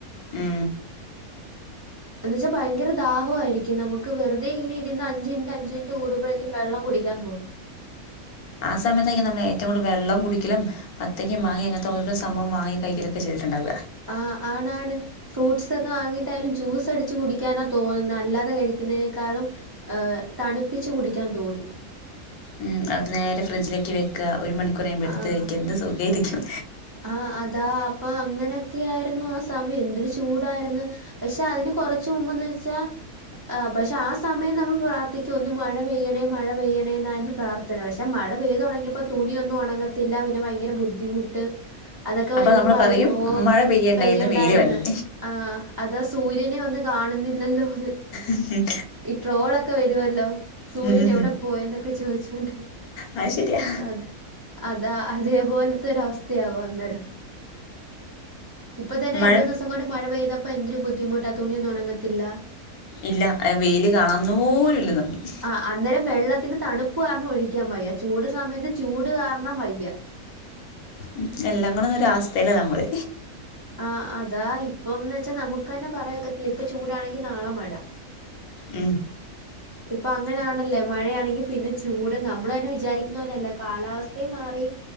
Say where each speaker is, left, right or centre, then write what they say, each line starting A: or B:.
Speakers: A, on the left; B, on the right.
A: ഉം
B: എന്ന് വെച്ച ഭയങ്കര ദാഹവായിരിക്കും നമുക്ക് വെറുതെ ഇങ്ങനെയിര്ന്ന അഞ്ച് മിനിറ്റ് അഞ്ച് മിനിറ്റ് കൂടുമ്പയെങ്കിലും വെള്ളം കുടിക്കാൻ തോന്നും
A: ആ സമയത്തായിരിക്കും നമ്മള് ഏറ്റവും കൂടുതൽ വെള്ളം കുടിക്കലും വത്തക്കയും മാങ്ങയും അങ്ങനത്തെ ഓരോരോ സംഭംവം വാങ്ങി കഴിക്കലക്കെ ചെയ്തിട്ടുണ്ടാവ
B: ആഹ് ആണാണ് ഫ്രൂട്ട്സ് ഒക്കെ വാങ്ങിയിട്ടായാലും ജ്യൂസ് അടിച്ച് കുടിക്കാനാ തോന്നുന്നത് അല്ലാതെ കഴിക്കുന്നതിനേക്കാളും ഏഹ് തണുപ്പിച്ച് കുടിക്കാൻ തോന്നും
A: ഉം അത് നേരെ ഫ്രിഡ്ജിലേക്ക് വയ്ക്ക ഒരു മണിക്കൂർ കഴിയുമ്പോ എടുത്ത്
B: ആഹ്
A: കഴിക്ക എന്ത് സുഖായിരിക്കും
B: ആഹ് അതാ അപ്പൊ അങ്ങനൊക്കെ ആയിരുന്നു ആ സമയം എന്തൊരു ചൂടായിരുന്നു പക്ഷെ അതിന് കൊറച്ച് മുമ്പെന്ന് വെച്ചാ ആഹ് പക്ഷെ ആ സമയം നമ്മള് പ്രാർത്ഥിക്കും ഒന്ന് മഴ പെയ്യണേ മഴ പെയ്യണേ എന്നായിരുന്നു പ്രാർത്ഥന പക്ഷെ മഴ പെയ്തു തൊടങ്ങിയപ്പോ തുണിയൊന്നും ഒണങ്ങത്തില്ല പിന്നെ ഭയങ്കര ബുദ്ധിമുട്ട് അതക്കെ
A: അപ്പോൾ
B: വരുമ്പോ
A: നമ്മൾ
B: പറയും ഓഹ്
A: മഴ പെയ്യണ്ടായിരുന്നു
B: പെയ്യണ്ടായിര്ന്ന്
A: വെയില് വരണം
B: ആഹ് അതാ സൂര്യനെയൊന്ന് കാണുന്നില്ലല്ലോന്ന്
A: ഉം
B: ഈ ട്രോളൊക്കെ വരുവല്ലോ സൂര്യൻ
A: ഉം
B: എവിടെ പോയെന്നൊക്കെ ചോയ്ച്ചോണ്ട്
A: അഹ് ശരിയാ
B: അത് അതാ അതേ പോലത്തൊരു അവസ്ഥ യാവും അന്നേരം ഇപ്പത്തന്നെ
A: മഴ
B: രണ്ടൂന്നൂസം കൂടെ മഴ പെയതപ്പോ എന്തൊരു ബുദ്ധിമുട്ടാ തുണിയൊന്നും ഒന്നങ്ങത്തില്ല
A: ഇല്ല വെയില് കണന്ന് പോലുല്ലെന്ന് നമ്മള്
B: ആഹ് അന്നേരം വെള്ളത്തിന് തണുപ്പ് കാരണം ഒഴിക്കാൻ വയ്യ ചൂട് സമയത്ത് ചൂട് കാരണം വയ്യ
A: ഉം എല്ലാം കൂടെ ഒരു അവസ്ഥയില നമ്മള്
B: ആഹ് അതാ ഇപ്പംന്ന് വെച്ചാ നമുക്ക് തന്നെ പറയാ ഒക്കത്തില്ല ഇപ്പ ചൂടാണെങ്കി നാളെ മഴ
A: ഉം
B: ഇപ്പൊ അങ്ങനെയാണല്ലേ മഴയാണെങ്കി പിന്നെ ചൂട് നമ്മള് തന്നെ വിചാരിക്കുന്ന പോലെയല്ല കാലാവസ്ഥയും മാറി